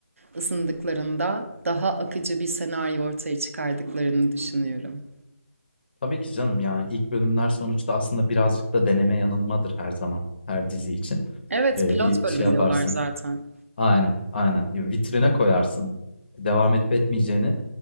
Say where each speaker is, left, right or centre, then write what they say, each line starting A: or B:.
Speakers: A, on the right; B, on the left.
A: ısındıklarında daha akıcı bir senaryo ortaya çıkardıklarını düşünüyorum.
B: Tabii ki canım, yani, ilk bölümler sonuçta aslında birazcık da deneme yanılmadır her zaman, her dizi için.
A: Evet,
B: Eee,
A: pilot
B: bir
A: bölüm
B: şey yaparsın,
A: diyorlar zaten.
B: Aynen, aynen. Ya Vitrine koyarsın. Devam edip etmeyeceğini.